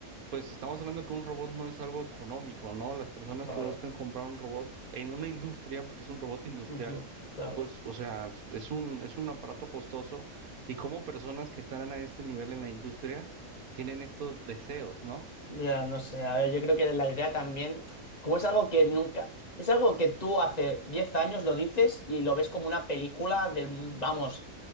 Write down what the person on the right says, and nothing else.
pues estamos hablando que un robot no es algo económico, ¿no? Las personas
que buscan comprar un robot en una industria, porque es un robot industrial,
pues, o sea, es un, es un aparato costoso y como personas que están a este nivel en la industria tienen estos deseos, ¿no?